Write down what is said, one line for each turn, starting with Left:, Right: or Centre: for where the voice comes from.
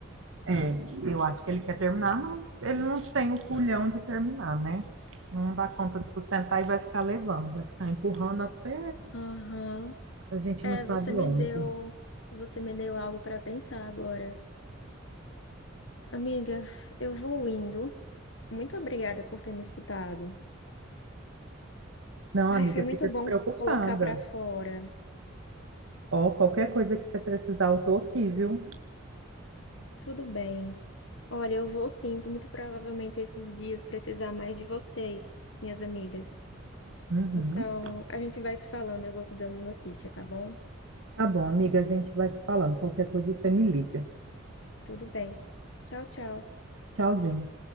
Right: É, Eu acho que ele quer terminar, mas ele não tem o culhão de terminar, né? Não dá conta de sustentar e vai ficar levando, vai ficar empurrando até
Left: Aham.
Right: a gente
Left: É,
Right: não sabe
Left: você me
Right: onde.
Left: deu, você me deu algo para pensar agora. Amiga, eu vou indo. Muito obrigada por ter me escutado.
Right: Não, amiga,
Left: Ai, foi muito
Right: fica despreocupada.
Left: bom colocar para fora.
Right: Ó, qualquer coisa que você precisar, eu tô aqui, viu?
Left: Tudo bem. Olha, eu vou sim, muito provavelmente esses dias precisar mais de vocês, minhas amigas.
Right: Uhum.
Left: Então, a gente vai se falando, eu vou te dando notícia, tá bom?
Right: Tá bom, amiga, a gente vai se falando. Qualquer coisa você me liga.
Left: Tudo bem. Tchau, tchau.
Right: Tchauzinho.